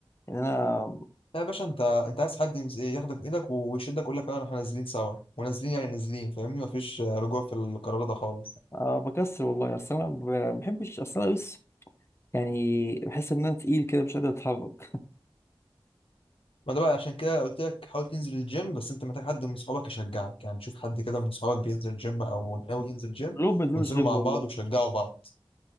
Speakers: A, on the left; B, on the left.
A: يعني انا
B: لا يا باشا انت انت عايز حد يمس- ياخدك بايدك ويشدك يقول لك يلا احنا نازلين سوا ونازلين يعني نازلين فاهمني مفيش آه، رجوع في القرار ده خالص
A: آه، بكسر والله اصل انا ب- ما بحبش اصل انا بس يعني بحس ان انا تقيل كده مش قادر اتحرك
B: ما ده بقى عشان كده قلت لك حاول تنزل الجيم بس انت محتاج حد من صحابك يشجعك يعني شوف حد كده من صحابك بينزل جيم او ناوي ينزل جيم
A: لو بنزول
B: وانزلوا
A: جيم
B: مع
A: والله
B: بعض وشجعوا بعض